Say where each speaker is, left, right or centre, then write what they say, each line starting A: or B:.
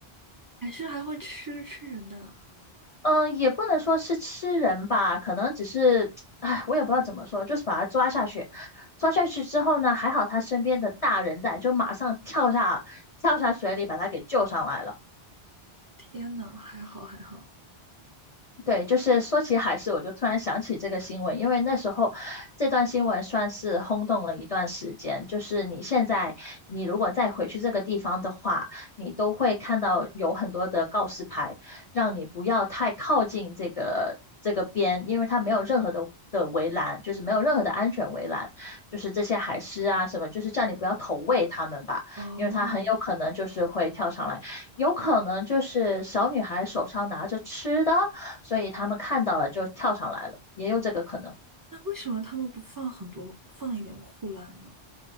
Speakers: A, on the right (about 35°); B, on the left (about 45°).
A: 海狮还会吃吃人的，
B: 嗯、呃也不能说是吃人吧，可能只是，哎，我也不知道怎么说，就是把他抓下去。抓下去之后呢，还好他身边的大人在，就马上跳下跳下水里把他给救上来了。
A: 天呐，还好还好。
B: 对，就是说起海狮，我就突然想起这个新闻，因为那时候这段新闻算是轰动了一段时间。就是你现在，你如果再回去这个地方的话，你都会看到有很多的告示牌，让你不要太靠近这个这个边，因为它没有任何的的围栏，就是没有任何的安全围栏，就是这些海狮啊什么，就是叫你不要投喂它们吧，
A: 哦，
B: 因为它很有可能就是会跳上来，有可能就是小女孩手上拿着吃的。所以他们看到了就跳上来了，也有这个可能。嗯
A: 那为什么他们不放很多，放一点护栏呢？